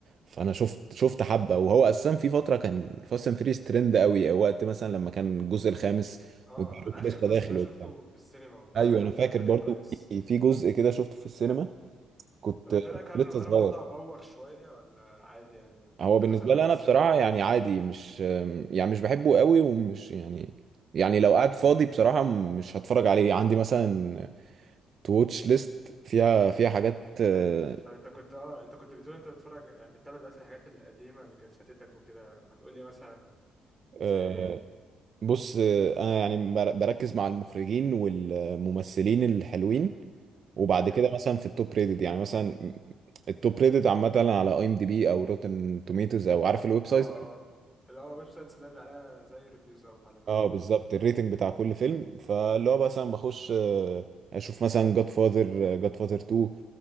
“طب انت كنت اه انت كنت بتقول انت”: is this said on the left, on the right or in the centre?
Centre